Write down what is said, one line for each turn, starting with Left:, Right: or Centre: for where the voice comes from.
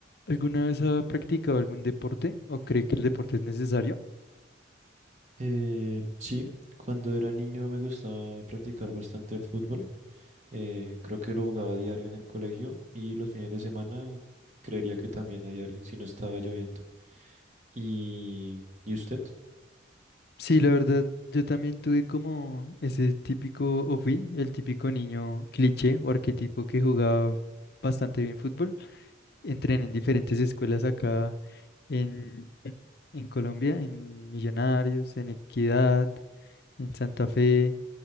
Left: ¿Alguna vez ha practicado algún deporte o cree que el deporte es necesario?
Right: Eh, sí, cuando era niño me gustaba practicar bastante el fútbol. Eh, creo que lo jugaba a diario en el colegio y los fines de semana creería que también a diario, si no estaba lloviendo. ¿Y, y usted?
Left: Sí, la verdad, yo también tuve como ese típico, o fui el típico niño cliché o arquetipo que jugaba bastante bien fútbol. Entrené en diferentes escuelas acá en, en Colombia, en Millonarios, en Equidad, en Santa Fe.